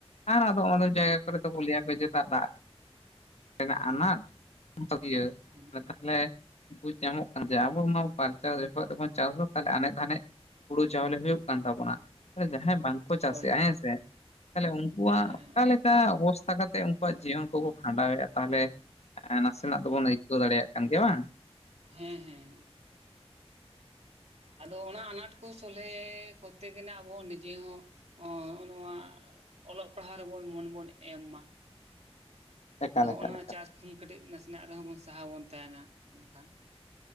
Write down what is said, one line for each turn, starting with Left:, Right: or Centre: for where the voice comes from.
Left: ᱟᱨ ᱟᱫᱚ ᱚᱱᱟᱫᱚ ᱡᱟᱭᱜᱟ ᱠᱚᱨᱮ ᱯᱩᱞᱭᱟ ᱠᱚ ᱡᱮ ᱫᱟᱜ ᱨᱮᱱᱟ ᱟᱱᱟᱴ ᱤᱭᱟᱹ
Right: ᱦᱩᱸ
Left: ᱛᱟᱦᱚᱞᱮ ᱵᱩᱡᱽ ᱧᱟᱢᱚᱜ ᱠᱟᱱ ᱡᱮ ᱟᱵᱚ ᱱᱚᱣᱟ ᱯᱟᱨᱪᱟᱣ ᱫᱟ ᱡᱚᱛᱚ ᱛᱮᱵᱚᱱ ᱪᱟᱥᱫᱟ ᱛᱟᱦᱚᱞᱮ ᱟᱱᱮᱡ ᱫᱷᱟᱱᱯᱡ ᱾ ᱦᱩᱲᱩ ᱪᱟᱣᱞᱮ ᱦᱩᱭᱩᱜ ᱠᱟᱱ ᱛᱟᱵᱚᱱᱟ ᱚᱱᱮ ᱡᱟᱦᱟᱭ ᱵᱟᱝᱠᱚ ᱪᱟᱥᱮᱫᱼᱟ
Right: ᱦᱳᱭ ᱦᱳᱭ
Left: ᱦᱮᱸᱥᱮ ᱛᱟᱦᱚᱞᱮ ᱩᱱᱠᱩᱣᱟᱜ
Right: ᱦᱮᱸ ᱦᱮᱸ
Left: ᱚᱠᱟᱞᱮ ᱚᱱᱠᱟ ᱚᱵᱚᱥᱛᱟ ᱠᱟᱛᱮᱜ ᱩᱱᱠᱩᱣᱟᱜ ᱡᱤᱭᱚᱱ ᱠᱚᱠᱚ ᱠᱷᱟᱸᱰᱟᱣᱮᱫᱼᱟ ᱛᱟᱦᱚᱞᱮ ᱱᱟᱥᱮᱱᱟᱜ ᱫᱚᱵᱚᱱ ᱟᱹᱭᱠᱟᱹᱣ ᱫᱟᱲᱮᱭᱟᱜ ᱠᱟᱱ ᱜᱮᱭᱟ ᱵᱟᱝ ᱾
Right: ᱦᱮᱸ ᱦᱮᱸ ᱟᱫᱚ ᱚᱱᱟ ᱟᱱᱟᱴ ᱠᱚ ᱥᱚᱞᱦᱮ ᱠᱚᱛᱮ ᱜᱮ ᱟᱵᱚ ᱦᱚᱸ ᱱᱤᱡᱮ ᱦᱚᱸ ᱱᱚᱚᱣᱟ ᱚᱞᱚᱜ ᱯᱟᱲᱦᱟᱣ ᱨᱮᱵᱚᱱ ᱢᱚᱱ ᱵᱚᱱ ᱮᱢ ᱢᱟ ᱾
Left: ᱮᱠᱟᱞ
Right: ᱟᱫᱚ ᱦᱚᱸᱜᱼ
Left: ᱮᱠᱟᱞ
Right: ᱱᱚᱣᱟ
Left: ᱮᱠᱟᱞ
Right: ᱪᱟᱥ ᱠᱷᱚᱱ ᱠᱟᱹᱴᱤᱡ ᱱᱟᱥᱮ ᱱᱟᱜ ᱨᱮᱦᱚᱸ ᱵᱚᱱ ᱥᱟᱦᱟ ᱵᱚᱱ ᱛᱟᱦᱮᱱᱟ ᱤᱱᱟᱹᱠᱷᱟᱱ ᱾